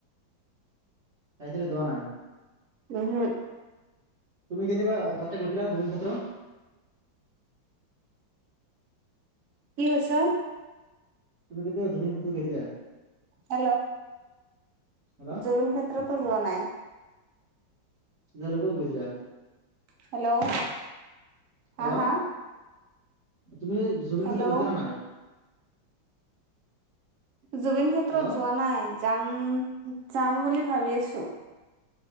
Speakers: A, on the right (about 45°); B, on the right (about 75°).
A: চাই তোৰো যোৱা নাই।
B: উমহোক।
A: তুমি কেতিয়াবা তাতে গৈছিলা, জুবিন ক্ষেত্ৰ।
B: কি হৈছে?
A: তুমি কেতিয়াবা জুবিনক্ষেত্ৰ গৈছিলা?
B: হেল্ল',
A: হেল্ল'
B: জুবিন ক্ষেত্ৰতো যোৱা নাই।
A: জালুকত গৈছিলা?
B: হেল্ল', হা
A: হেল্ল'
B: হা?
A: তুমি জুবিনক্ষেত্ৰ
B: হেল্ল'
A: গৈছানে নাই? <inaudible>
B: জুবিন ক্ষেত্ৰত
A: হেল্ল'
B: যোৱা নাই। যাম-যাম বুলি ভাবি আছো।